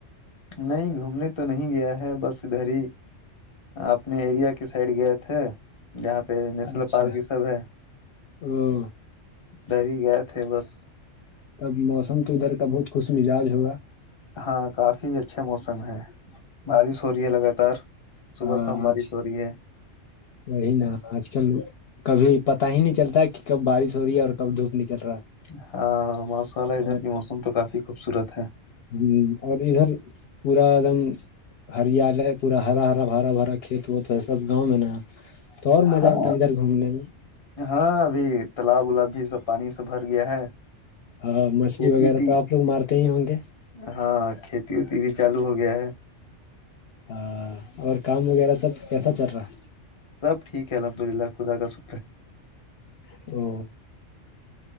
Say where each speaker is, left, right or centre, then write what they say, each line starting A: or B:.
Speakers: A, on the left; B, on the left.
A: نہیں گھومنے تو نہیں گیا ہے بس ادھر ہی اپنے ایریا کے سائڈ گئے تھے یہاں پہ نیشنل
B: اچھا
A: پارک یہ سب ہے
B: او
A: دری ہی گئے تھے بس
B: تب موسم تو ادھر کا بہت خوش مزاج ہوا
A: ہاں کافی اچھے موسم ہے بارش ہو رہی ہے لگاتار صبح
B: ہاں
A: شام بارش
B: آج
A: ہو رہی ہے
B: وہی نا آج کل کبھی پتا ہی نہیں چلتا ہے کہ کب بارش ہو رہی ہے اور کب دھوپ نکل رہا ہے
A: ہاں ماسا والا ادھر
B: اور
A: کی موسم تو کافی خوبصورت ہے
B: ہ اور ادھر پورا ایک دم ہریالیے پورا ہرا ہرا برا بھرا کھیت ہوتا ہے سب گاؤں میں نا تو اور مزہ
A: ہاں
B: آتا ہے ادھر گھومنے میں
A: ہاں ابھی تالاب الاب بھی سب پانی سے بھر گیا ہے
B: ہاں مچھلی
A: کھیتی
B: وغیرہ
A: وتی
B: تو آپ لوگ مارتے ہی ہوں گے
A: ہاں کھیتی وتی بھی چالو ہو گیا ہے
B: ہ اور کام وغیرہ سب کیسا چل رہا ہے
A: سب ٹھیک ہے الحمد للہ خدا کا س
B: تو